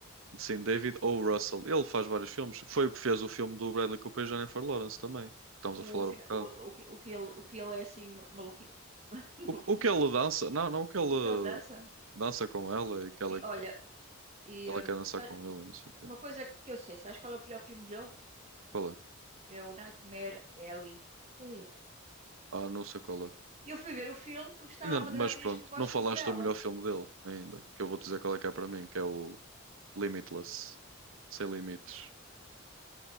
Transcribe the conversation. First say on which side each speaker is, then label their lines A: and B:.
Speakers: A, on the right; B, on the right.
A: Sim, David O. Russell. Ele faz vários filmes. Foi o que fez o filme do Bradley Cooper e Jennifer Lawrence também. Estamos
B: O,
A: a falar
B: fina-
A: um bocado.
B: o, o, que, o, que ele, o que ele é assim ma- maluqui... <laughs>
A: O,
B: maluquito?
A: que- o que ele dança? Não, não o que ele
B: O que ele dança?
A: dança com ela e que ela
B: E olha, e,
A: Ela
B: hum,
A: quer dançar
B: sa-
A: com ele, não sei o quê.
B: uma coisa que eu sei, sabes qual é o pior filme dele?
A: Qual é?
B: É o Nightmare Alley. É.
A: Ah, não sei qual é.
B: E eu fui ver o filme porque está
A: Ainda,
B: lá uma
A: não- mas
B: das atrizes
A: pronto,
B: que eu gosto
A: não falaste
B: muito dela.
A: do melhor filme dele ainda, que eu vou dizer qual é que é para mim, que é o Limitless. Sem limites.